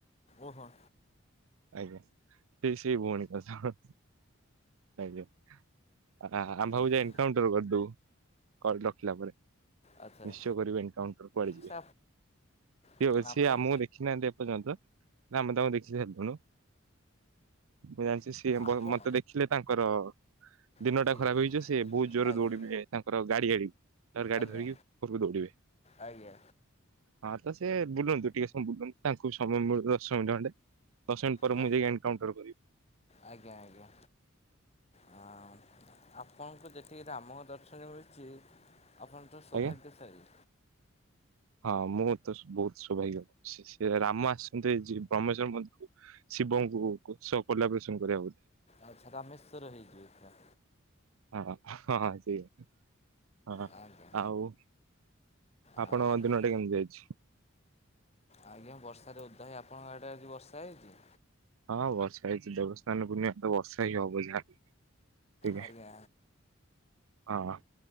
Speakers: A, on the left; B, on the right.
A: ଓହୋ।
B: ଆଜ୍ଞା ସେଇ ସେଇ ଭଉଣୀଙ୍କ ସହ ଆଜ୍ଞା। <unintelligible>
A: ଆଚ୍ଛା
B: କରିଦଉ କରିରଖିଲା ପରେ
A: ଆଚ୍ଛା।
B: ନିଶ୍ଚୟ କରିବେ ଏନକାଣ୍ଟର କୁଆଡ଼େ ଯିବେ।
A: ସେ
B: କି
A: ଆପଣ
B: ସିଏ ଆମକୁ ଦେଖିନାହାନ୍ତି ଏପର୍ଯ୍ୟନ୍ତ? ନା ଆମେ ତାଙ୍କୁ ଦେଖିକି ଛାଡ଼ିଦେନୁ ମୁଁ ଜାଣିଛି ସିଏ ମତେ
A: ଆପଣ
B: ଦେ ଦେଖିଲେ ତାଙ୍କର ଦିନଟା
A: ଫାଟିଗଲା
B: ଖରାପ୍ ହେଇଯିବ ସେବହୁତ୍ ଜୋରରେ
A: ଆଜ୍ଞା
B: ଦୌଡିଲେ ତାଙ୍କର ଗାଡ଼ିଆଡ଼ିକି। ତାପରେ ଗାଡ଼ି
A: ଆଜ୍ଞା
B: ଧରିକି ଘରକୁ ଦୌଡ଼ିବେ।
A: ଆଜ୍ଞା।
B: ହଁ ତ ସିଏ ବୁଲନ୍ତୁ ଟିକେ ସମୟ ବୁଲନ୍ତୁ ତାଙ୍କୁ ସମୟ ମିଳୁ ଦଶ ମିନିଟ୍ ଖଣ୍ଡେ। ଦଶ ମିନିଟ୍ ପରେ
A: ଆ
B: ମୁଁ ଯାଇକି ଏନକାଉଣ୍ଟର କରିବି।
A: ଆଜ୍ଞା ଆଜ୍ଞା ହଁ ଆପଣଙ୍କୁ ଦେ <unintelligible> ରାମଙ୍କ ଦର୍ଶନ ମିଳୁଚି ଆପଣତ ସୌଭାଗ୍ୟଶାଳୀ।
B: ଆଜ୍ଞା। ହଁ ମୁଁତ ବହୁତ୍ ସୌଭାଗ୍ୟ ସେ ସେରାମ ଆସିଛନ୍ତି ଆଜି ବ୍ରହ୍ମେଶ୍ଵର ମନ୍ଦିରକୁ ଶିବଙ୍କୁ କୁସ କୋଲାବ୍ରେସନ କରିବା ବୋଲି
A: ଆଚ୍ଛା ରାମେଶ୍ବର ହେଇଯିବେ ଏକା।
B: ହଁ ହଁ ସେଇଆ ହଁ
A: ଆଜ୍ଞା
B: ଆଉ।
A: ଆଉ
B: ଆପଣଙ୍କ
A: ଆପ-
B: ଦିନଟା କେମିତି ଯାଇଚି?
A: ଆଜ୍ଞା ବର୍ଷାରେ ଓଦ୍ଧା ହେଇ ଆପଣଙ୍କ ଆଡ଼େ ଆଜି ବର୍ଷା ହେଇଚି?
B: ହଁ ବର୍ଷା ହେଇଚି ଦେବସ୍ନାନ ପୁର୍ଣିମାରେ ବର୍ଷାହିଁ ହବ ଯାହାହେଲେ ଟିକେ।
A: ଆଜ୍ଞା
B: ହଁ।